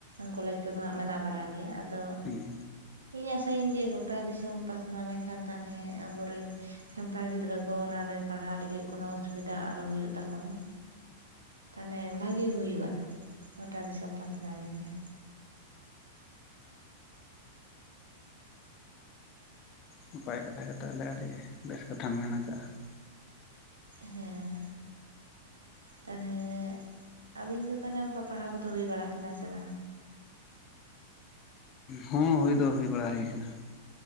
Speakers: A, on the right; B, on the left.
A: ᱠᱚᱞᱮᱡᱽ ᱠᱚᱫᱚ ᱦᱟᱸᱜ ᱢᱮᱱᱟᱜ ᱵᱟᱲ ᱜᱮᱭᱟ ᱟᱫᱚᱼᱼ
B: ᱦᱩᱸ
A: ᱤᱧ ᱟᱥᱟᱭᱟᱹᱧ ᱡᱮ ᱜᱚᱴᱟ ᱫᱤᱥᱚᱢ ᱯᱟᱥᱱᱟᱣ ᱞᱮᱱᱠᱷᱟᱱ ᱛᱟᱦᱞᱮ ᱟᱵᱚᱨᱮᱱ ᱥᱟᱱᱛᱟᱲ ᱜᱤᱫᱽᱨᱟᱹ ᱠᱚ ᱚᱱᱟᱨᱮ ᱯᱟᱲᱦᱟᱣ ᱞᱟᱹᱜᱤᱫ ᱠᱳᱱᱳ ᱚᱥᱩᱵᱤᱫᱷᱟ ᱟᱞᱚ ᱦᱩᱭᱩᱜ ᱛᱟᱠᱟ ᱢᱟᱼᱼ ᱛᱟᱦᱚᱞᱮ ᱵᱷᱟᱜᱮ ᱦᱩᱭᱩᱜᱼᱟ ᱜᱚᱴᱟ ᱫᱤᱥᱚᱢ ᱯᱟᱥᱱᱟᱣ ᱞᱮᱱᱠᱷᱟᱱ ᱾
B: ᱱᱟᱯᱟᱭ ᱠᱟᱛᱷᱟ ᱜᱮ ᱛᱟᱦᱞᱮ ᱟᱹᱰᱤ ᱵᱮᱥ ᱠᱟᱛᱷᱟᱢ ᱢᱮᱱ ᱟᱠᱟᱜᱼᱟ ᱾
A: ᱦᱮᱸ᱾ ᱛᱟᱦᱚᱞᱮ ᱟᱵᱤᱱ ᱫᱚ ᱛᱟᱦᱚᱞᱮ ᱚᱱᱠᱟ ᱯᱟᱲᱦᱟᱣ ᱠᱚᱫᱚ ᱦᱩᱭ ᱵᱟᱲᱟᱜ ᱠᱟᱱᱟ ᱥᱮ ᱵᱟᱝ?
B: ᱦᱮᱸ ᱦᱩᱭ ᱫᱚ ᱦᱩᱭ ᱵᱟᱲᱟ ᱦᱩᱭ ᱟᱠᱟᱱᱟ ᱾